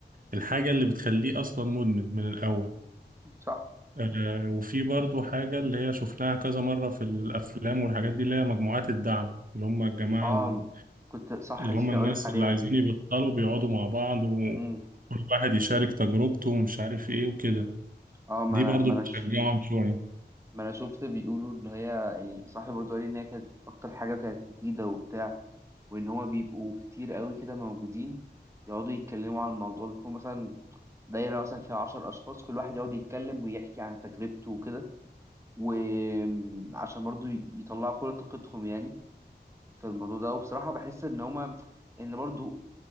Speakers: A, on the right; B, on the right.
A: الحاجة اللي بتخليه أصلا مدمن من الأول
B: صح
A: آه، وفي برضو حاجة اللي هي شفناها كذا مرة في الأفلام والحاجات دي اللي هي مجموعات الدعم اللي هم الجماعة
B: آه
A: ال-
B: كنت صح
A: اللي
B: نسيت
A: هم الناس
B: أقول لك عليها
A: اللي عايزين
B: دي
A: يبطلوا بيقعدوا مع بعض وكل
B: مم.
A: واحد يشارك تجربته ومش عارف إيه وكده
B: آه ما
A: دي
B: أنا
A: برضو
B: ما
A: بتشجعهم
B: أنا ش...
A: شوية
B: ما أنا شفت بيقولوا إن هي يعني صاحبي برضه قال لي إن هي كانت أكتر حاجة كانت مفيدة وبتاع وان هما بيبقوا كتير قوي كده موجودين يقعدوا يتكلموا عن الموضوع بيكون مثلا دايرة مثلا فيها عشر أشخاص كل واحد يقعد يتكلم ويحكي عن تجربته وكده وعشان برضو يطلعوا كل طاقتهم يعني في الموضوع ده وبصراحة بحس إن هما إن برضو